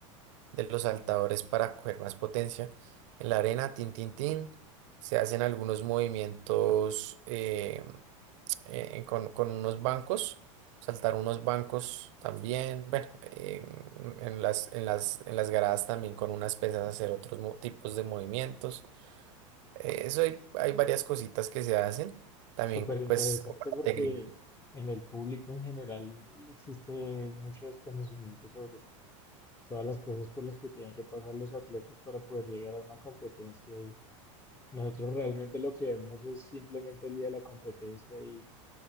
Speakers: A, on the right; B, on the left.
A: de los saltadores para coger más potencia. En la arena, tin, tin, tin, se hacen algunos movimientos eh, eh, con, con unos bancos, saltar unos bancos también, bueno, eh, en las, en las, en las gradas también con unas pesas hacer otros mo- tipos de movimientos. Eh, eso hay, hay varias cositas que se hacen, también
B: Súper interesante
A: pues como la
B: porque
A: técnica.
B: en el público en general existe mucho desconocimiento sobre todas las cosas por las que tienen que pasar los atletas para poder llegar a una competencia y nosotros realmente lo que vemos es simplemente el día de la competencia y,